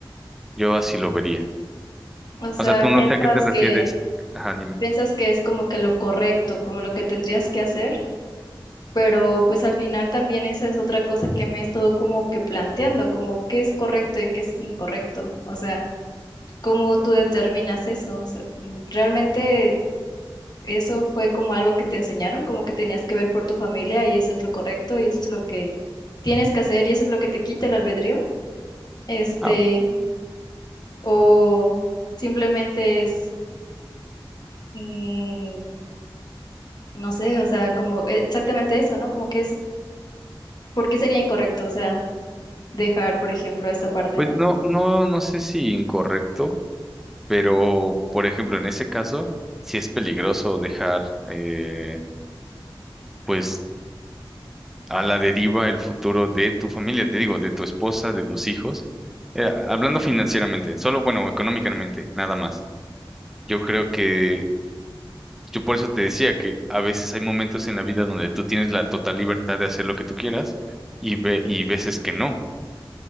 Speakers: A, in the centre; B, on the left.
A: Yo así lo vería.
B: O sea,
A: O sea, tú
B: piensas
A: no sé a qué te refieres.
B: que,
A: Ajá, dime.
B: piensas que es como que lo correcto, como lo que tendrías que hacer, pero pues al final también esa es otra cosa que me he estado como que planteando, como qué es correcto y qué es incorrecto, o sea, cómo tú determinas eso, o sea, mm, realmente Eso fue como algo que te enseñaron, como que tenías que ver por tu familia y eso es lo correcto y eso es lo que tienes que hacer y eso es lo que te quita el albedrío. Este,
A: Ah,
B: o simplemente es, mm, no sé, o sea, como e- exactamente eso, ¿no? Como que es, ¿por qué sería incorrecto? O sea, dejar, por ejemplo, esta parte,
A: pues
B: ¿no?
A: no, no, no sé si incorrecto Pero, por ejemplo, en ese caso, sí es peligroso dejar, eh, pues, a la deriva el futuro de tu familia, te digo, de tu esposa, de tus hijos. Eh, hablando financieramente, solo, bueno, económicamente, nada más. Yo creo que, yo por eso te decía que a veces hay momentos en la vida donde tú tienes la total libertad de hacer lo que tú quieras y, ve, y veces que no.